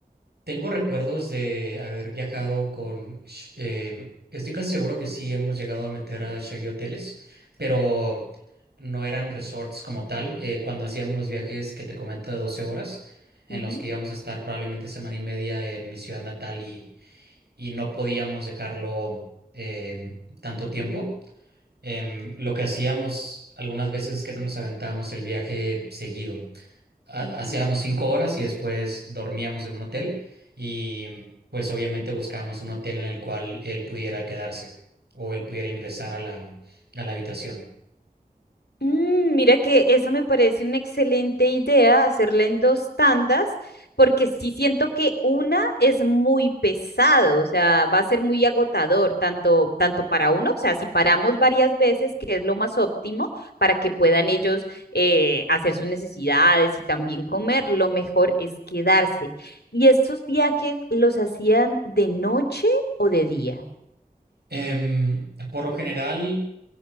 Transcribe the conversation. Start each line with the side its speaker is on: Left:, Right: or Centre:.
Right: Tengo recuerdos de haber viajado con... Sh- eh, estoy casi seguro que sí hemos llegado a meter a Shaggy Hoteles, pero no eran resorts como tal. Eh, cuando hacíamos los viajes que te comento de 12 horas, en
Left: Ujú,
Right: los que íbamos a estar probablemente semana y media en mi ciudad natal y, y no podíamos dejarlo em, tanto tiempo, em, lo que hacíamos algunas veces es que no nos aventábamos el viaje seguido ha-
Left: ok.
Right: hacíamos cinco horas y después dormíamos en un hotel y mm, pues obviamente buscábamos un hotel en el cual él pudiera quedarse o él pudiera ingresar a la, a la habitación.
Left: Mm, mira que eso me parece una excelente idea, hacerla en dos tandas, porque sí siento que una es muy pesado, o sea, va a ser muy agotador, tanto, tanto para uno, o sea, si paramos varias veces, que es lo más óptimo para que puedan ellos eh, hacer sus necesidades y también comer, lo mejor es quedarse. ¿Y estos viajes los hacían de noche o de día?
Right: Em, por lo general,